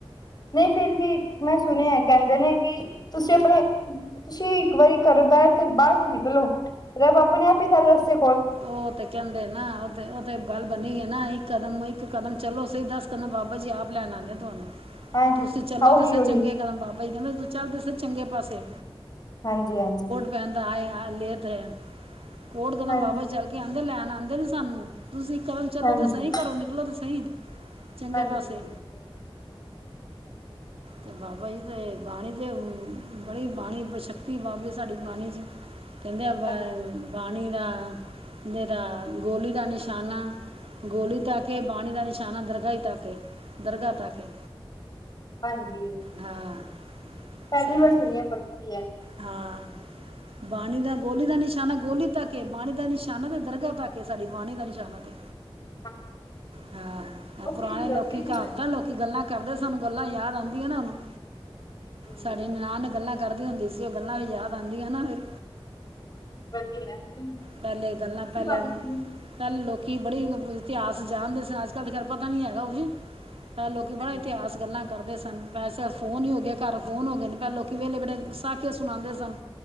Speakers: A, on the left; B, on the right.
A: ਨਈ ਫਿਰ ਵੀ ਮੈਂ ਸੁਣਿਆ ਐ ਕਹਿੰਦੇ ਨੇ ਕਿ ਤੁਸੀ ਅਪਣੇ ਤੁਸੀ ਇੱਕ ਵਾਰੀ ਘਰੋ ਬਹਿਠ ਬਾਰ ਤੇ ਨਿਕਲੋ ਰੱਬ ਆਪਣੇ ਆਪ ਈ ਸਾਰੇ ਰੱਸੇ
B: ਓ ਤੇ ਕਹਿੰਦੇ ਨਾ ਓ ਓਹਤੇ ਗੱਲ ਬਣੀ ਐ ਨਾ ਇੱਕ ਕਦਮ ਇੱਕ ਕਦਮ ਚਲੋ ਸਹੀ ਦਸ ਕਦਮ ਬਾਬਾ ਜੀ ਆਪ ਲੈਣ ਆਂਦੇ ਤੁਹਾਨੂੰ।
A: ਹਾਂ
B: ਤੁਸੀ ਚਲੋ
A: ਉਹੀ
B: ਤੇ ਸਹੀ
A: ਉਹੀ
B: ਚੰਗੇ ਕਰਮ। ਬਾਬਾ ਜੀ ਕਹਿੰਦੇ ਤੂੰ ਚੱਲ ਤੇ ਸਹੀ ਚੰਗੇ ਪਾਸੇ।
A: ਹਾਂਜੀ ਹਾਂਜੀ।
B: ਪੈਂਦਾ ਆਏ ਆ ਲੇਤ ਹੈ। ਕੋਟ ਕਦਮ
A: ਹਾਂਜੀ
B: ਬਾਬਾ ਜੀ ਚੱਲ ਕੇ ਆਂਦੇ ਲੈਣ ਆਂਦੇ ਨੇ ਸਾਨੂੰ। ਤੁਸੀ ਇਕ ਕਦਮ ਚੱਲੋ
A: ਹਾਂਜੀ
B: ਤੇ ਸਹੀ ਘਰੋਂ ਨਿਕਲੋ ਤੇ ਸਹੀ ਚੰਗੇ
A: ਹਾਂਜੀ
B: ਪਾਸੇ।
A: ਬਿਲਕੁਲ
B: ਤੇ ਬਾਾਬਾ ਜੀ ਤੇ ਬਾਣੀ ਤੇ ਬੜੀ ਬਾਣੀ ਸ਼ਕਤੀ ਬਾਬੇ ਥਸਾਡੀ ਬਾਣੀ ਚ।
A: <inaudible>
B: ਕਹਿੰਦੇ ਆ ਬ
A: ਹਾਂਜੀ
B: ਬਾਣੀ ਦਾ ਦੇ ਦਾ ਗੋਲੀ ਦਾ ਨਿਸ਼ਾਨਾ ਗੋਲੀ ਤਾ ਕੇ ਬਾਣੀ ਦਾ ਨਿਸ਼ਾਨਾ ਦਰਗਾ ਈ ਤਕ ਏ ਦਰਗਾਹ ਤਕ ਏ।
A: ਹਾਂਜੀ।
B: ਹਾਂ।
A: ਪਹਿਲੀ
B: ਸਰ
A: ਵਾਰ ਸੁਣੀ ਐ ਪਕੀ ਐ।
B: ਹਾਂ। ਬਾਣੀ ਦਾ ਗੋਲੀ ਦਾ ਨਿਸ਼ਾਨਾ ਗੋਲੀ ਤੱਕ ਏ। ਬਾਣੀ ਦਾ ਨਿਸ਼ਾਨਾ ਤੇ ਦਰਗਾਹ ਤੱਕ ਏ ਸਾਡੀ ਬਾਣੀ ਦਾ ਨਿਸ਼ਾਨਾ। ਤੇ
A: <inaudible>
B: ਹਾਂ।
A: ਉਹ
B: ਐ ਪੁਰਾਣੇ
A: ਫਿਰ
B: ਲੋਕੀ
A: ਰੱਬੀ ਰੂਹ
B: ਕਹਾਵਤਾਂ
A: ਹੈ
B: ਲੋਕੀ ਗੱਲਾਂ ਕਰਦੇ ਸਾਨੂੰ ਗੱਲਾਂ ਯਾਦ ਆਂਦੀ ਆ ਨਾ ਓਨੂੰ।
A: ਨਾ
B: ਸਾਡੀ ਨਨਾਨ ਗੱਲਾਂ ਕਰਦੀ ਹੁੰਦੀ ਸੀ। ਜੇ ਗੱਲਾਂ ਯਾਦ ਆਂਦੀਆਂ ਨਾ ਫੇਰ
A: ਵਧੀਆ ਹੈ ਇਸੀ
B: ਪਹਿਲੇ ਗੱਲਾਂ ਪਹਿਲੇ
A: ਬਹਾਨੇ ਮੈਨੂੰ
B: ਪਹਿਲੇ ਲੋਕੀ ਬੜੀ ਇਤਿਹਾਸ ਜਾਣਦੇ ਸਨ। ਅੱਜ ਕੱਲ੍ਹ ਤੇ ਖੈਰ ਪਤਾ ਨੀ ਹੈਗਾ ਕੁਝ। ਪੈਲ ਲੋਕੀ ਬੜਾ
A: ਹਾਂਜੀ
B: ਇਤਿਹਾਸ ਗੱਲਾਂ ਕਰਦੇ ਸਾ ਫੋਨ ਹੀ ਹੋ ਗਿਆ ਘਰ ਫੋਨ ਹੋ ਗਏ ਨੇ। ਪੈਂਦੇ ਲੋਕੀ ਵੇਲੇ ਬੈਠੇ ਸਾਖੀਆਂ ਸੁਣਾਂਦੇ ਸਨ।